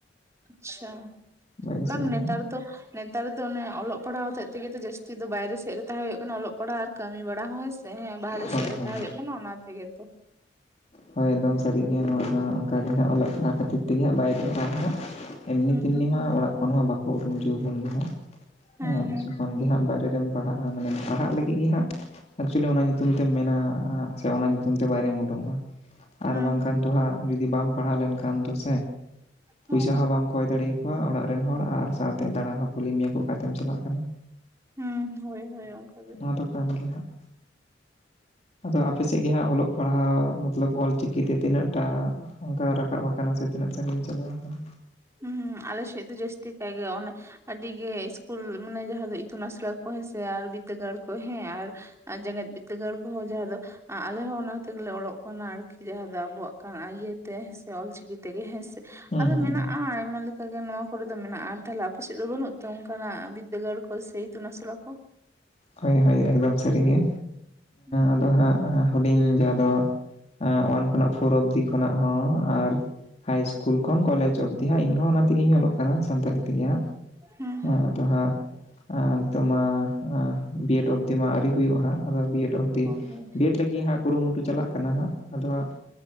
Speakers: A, on the right (about 15°); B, on the left (about 35°).
A: ᱟᱪᱪᱷᱟ,
B: ᱵᱟᱭᱨᱮ ᱥᱮᱫ
A: ᱵᱟᱝ
B: ᱨᱮᱜᱮ
A: ᱱᱮᱛᱟᱨ
B: ᱦᱟᱸᱜ
A: ᱫᱚ ᱱᱮᱛᱟᱨ ᱫᱚ ᱚᱱᱮ ᱚᱞᱚᱜ ᱯᱟᱲᱦᱟᱣ ᱦᱚᱛᱮᱡ ᱛᱮᱜᱮ ᱛᱚ ᱡᱟᱹᱥᱛᱤ ᱫᱚ ᱵᱟᱭᱨᱮ ᱥᱮᱫ ᱨᱮ ᱛᱟᱦᱮᱸ ᱦᱩᱭᱩᱜ ᱠᱟᱱᱟ ᱚᱜ ᱯᱟᱲᱦᱟᱜ ᱟᱨ ᱠᱟᱹᱢᱤ ᱵᱟᱲᱟ ᱦᱚᱸ ᱦᱮᱸ ᱥᱮ, ᱦᱮᱸ ᱵᱟᱦᱨᱮ
B: ᱦᱳᱭ
A: ᱥᱮᱫ ᱨᱮ
B: ᱦᱳᱭ
A: ᱛᱟᱦᱮᱸ ᱦᱩᱭᱩᱜ ᱠᱟᱱᱟ ᱚᱱᱟ ᱛᱮᱜᱮ ᱛᱚ᱾
B: ᱦᱳᱭ ᱮᱠᱫᱚᱢ
A: ᱦᱩᱸ
B: ᱥᱟᱹᱨᱤ ᱜᱮ ᱱᱚᱣᱟ ᱫᱚ ᱚᱝᱠᱟ ᱜᱮ ᱦᱟᱸᱜ ᱚᱞᱚᱜ ᱯᱟᱲᱦᱟᱜ ᱠᱷᱟᱹᱛᱤᱨ ᱛᱮᱜᱮ ᱦᱟᱸᱜ ᱵᱟᱭᱨᱮ ᱟᱨ ᱦᱟᱸᱜ ᱮᱢᱱᱤ
A: ᱦᱩᱸ
B: ᱛᱮᱢᱱᱤ
A: ᱦᱩᱸ
B: ᱢᱟ ᱚᱲᱟᱜ ᱠᱷᱚᱱ ᱦᱚᱸ ᱵᱟᱠᱚ ᱩᱰᱩᱠ ᱦᱚᱪᱚᱵᱚᱱ ᱜᱮ ᱦᱟᱸᱜ, <inaudible>
A: ᱦᱮᱸ ᱦᱮᱸ
B: ᱠᱷᱚᱱ ᱜᱮ ᱦᱟᱸᱜ ᱵᱟᱭᱨᱮ ᱨᱮᱢ ᱯᱟᱲᱦᱟᱜᱼᱟ, ᱢᱟᱱᱮ ᱯᱟᱲᱦᱟᱜ ᱞᱟᱹᱜᱤᱫ ᱜᱮ ᱦᱟᱸᱜ ᱮᱠᱪᱩᱭᱮᱞᱤ ᱚᱱᱟ ᱧᱩᱛᱩᱢ ᱛᱮ ᱢᱮᱱᱟ ᱥᱮ ᱚᱱᱟ ᱧᱩᱛᱩᱢ ᱛᱮ ᱵᱟᱭᱨᱮᱢ ᱩᱰᱩᱝᱚᱜᱼᱟ᱾ ᱟᱨ
A: ᱦᱮᱸ
B: ᱵᱟᱝᱠᱷᱟᱱ ᱫᱚ ᱦᱟᱸᱜ ᱡᱩᱫᱤ ᱵᱟᱢ ᱯᱟᱲᱦᱟᱣ ᱞᱮᱱᱠᱷᱟᱱ ᱫᱚ ᱥᱮ, ᱯᱩᱭᱥᱟ
A: ᱦᱮᱸ ᱦᱮᱸ
B: ᱦᱚᱸ ᱵᱟᱢ ᱠᱚᱭ ᱫᱟᱲᱮ ᱟᱠᱚᱣᱟ ᱚᱲᱟᱜ ᱨᱮᱱ ᱦᱚᱲ ᱟᱨ ᱥᱟᱶᱛᱮ ᱫᱟᱬᱟ ᱦᱚᱸ ᱠᱩᱞᱤ ᱢᱮᱭᱟ ᱠᱚ ᱚᱠᱟ ᱛᱮᱢ ᱪᱟᱞᱟᱜ ᱠᱟᱱᱟ᱾
A: ᱦᱮᱸ ᱦᱳᱭ ᱦᱳᱭ ᱚᱱᱠᱟ ᱜᱮ
B: ᱱᱚᱣᱟ ᱫᱚ ᱠᱟᱱ ᱜᱮ ᱦᱟᱸᱜ᱾ ᱟᱫᱚ ᱟᱯᱮ ᱥᱮᱜ ᱜᱮ ᱦᱟᱸᱜ ᱚᱞᱚᱜ ᱯᱟᱲᱦᱟᱣ ᱢᱟ ᱛᱞᱚᱵ ᱚᱞᱪᱤᱠᱤ ᱛᱮ ᱛᱤᱱᱟᱹᱜ ᱴᱟᱜ ᱚᱝᱠᱟ ᱨᱟᱠᱟᱵ ᱟᱠᱟᱱᱟ ᱥᱮ ᱛᱤᱱᱟᱹᱜ ᱥᱟᱺᱜᱤᱧ ᱪᱟᱞᱟᱣ ᱟᱠᱟᱱᱟ᱾
A: ᱦᱩᱸ ᱟᱞᱮ ᱥᱮᱜ ᱫᱚ ᱡᱟᱹᱥᱛᱤ ᱠᱟᱭ ᱜᱮ ᱚᱱᱮ ᱟᱹᱰᱤ ᱜᱮ ᱤᱥᱠᱩᱞ ᱢᱟᱱᱮ ᱡᱟᱦᱟᱸ ᱫᱚ ᱤᱛᱩᱱ ᱟᱥᱲᱟ ᱠᱚ ᱦᱮᱸ ᱥᱮ ᱟᱨ ᱵᱤᱫᱽᱫᱟᱹᱜᱟᱲ ᱠᱚ ᱦᱮᱸ ᱟᱨ ᱟᱨ ᱡᱮᱜᱮᱛ ᱵᱤᱨᱫᱟᱹᱜᱟᱲ ᱠᱚ ᱦᱚᱸ ᱡᱟᱦᱟᱸ ᱫᱚ ᱟᱞᱮ ᱦᱚᱸ ᱚᱱᱟ ᱛᱮᱜᱮ ᱞᱮ ᱚᱞᱚᱜ ᱠᱟᱱᱟ ᱟᱨᱠᱤ ᱡᱟᱦᱟᱸ ᱫᱚ ᱟᱵᱚᱣᱟᱜ ᱠᱟᱱᱟ ᱤᱭᱟᱹ ᱛᱮ ᱦᱮᱸ ᱥᱮ ᱚᱞᱪᱤᱠᱤ ᱛᱮᱜᱮ ᱦᱮᱸ ᱥᱮ᱾
B: ᱦᱩᱸ
A: ᱟᱫᱚ
B: ᱦᱩᱸ
A: ᱢᱮᱱᱟᱜ ᱟᱭᱢᱟ ᱞᱮᱠᱟ ᱜᱮ ᱱᱚᱣᱟ ᱠᱚᱨᱮ ᱫᱚ ᱢᱮᱱᱟᱜᱼᱟ, ᱛᱟᱦᱚᱞᱮ ᱟᱯᱮ ᱥᱮᱫ ᱫᱚ ᱵᱟᱹᱱᱩᱜ ᱛᱮ ᱚᱝᱠᱟᱱᱟᱜ ᱵᱤᱫᱽᱫᱟᱹᱜᱟᱲ ᱠᱚ ᱥᱮ ᱤᱛᱩᱱ ᱟᱥᱲᱟ ᱠᱚ?
B: ᱦᱳᱭ ᱦᱳᱭ ᱮᱠᱫᱚᱢ ᱥᱟᱹᱨᱤ ᱜᱮ,
A: ᱦᱩᱸ
B: ᱟᱫᱚ ᱦᱟᱸᱜ ᱦᱩᱰᱤᱧ ᱡᱟᱦᱟᱸ ᱫᱚ ᱳᱣᱟᱱ ᱠᱷᱚᱱᱟᱜ ᱯᱷᱳᱨ ᱚᱯᱷᱫᱤ ᱠᱷᱚᱱᱟᱜ ᱦᱚᱸ ᱟᱨ ᱦᱟᱭ ᱤᱥᱠᱩᱞ ᱠᱷᱚᱱ ᱠᱚᱞᱮᱡᱽ ᱚᱵᱫᱤ ᱦᱟᱸᱜ ᱤᱧᱦᱚᱸ ᱚᱱᱟ ᱛᱮᱜᱮᱧ ᱚᱞᱚᱜ ᱠᱟᱱᱟ ᱥᱟᱱᱛᱟᱞᱤ ᱛᱮᱜᱮ ᱦᱟᱸᱜ᱾
A: ᱦᱩᱸ᱾
B: ᱦᱮᱸ ᱟᱫᱚ ᱦᱟᱸᱜ, ᱱᱤᱛᱚᱜ ᱢᱟ ᱵᱤᱮᱰ ᱚᱵᱫᱤ ᱢᱟ ᱟᱹᱣᱨᱤ ᱦᱩᱭᱩᱜᱼᱟ ᱦᱟᱸᱜ, ᱟᱫᱚ ᱵᱤᱮᱰ ᱚᱯᱷᱫᱤ,
A: ᱦᱳᱭ ᱦᱳᱭ
B: ᱵᱤᱮᱰ ᱞᱟᱹᱜᱤᱫ ᱦᱟᱸᱜ ᱠᱩᱨᱩᱢᱩᱴᱩ ᱪᱟᱞᱟᱜ ᱠᱟᱱᱟ ᱦᱟᱸᱜ, ᱟᱫᱚ ᱦᱟᱸᱜ